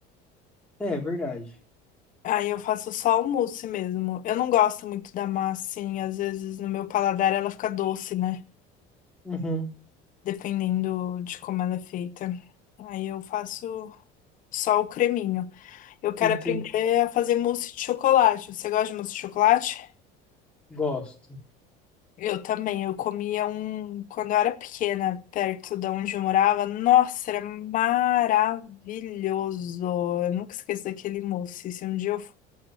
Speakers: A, in the centre; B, on the left.
A: é verdade.
B: Aí eu faço só o mousse mesmo. Eu não gosto muito da massa, assim, às vezes no meu paladar ela fica doce, né?
A: Uhum,
B: Dependendo de como ela é feita. Aí eu faço só o creminho. Eu quero
A: entendi.
B: aprender a fazer mousse de chocolate. Você gosta de mousse de chocolate?
A: Gosto.
B: Eu também, eu comia um quando eu era pequena, perto de onde eu morava. Nossa, era maravilhoso. Eu nunca esqueço daquele mousse. Se um dia eu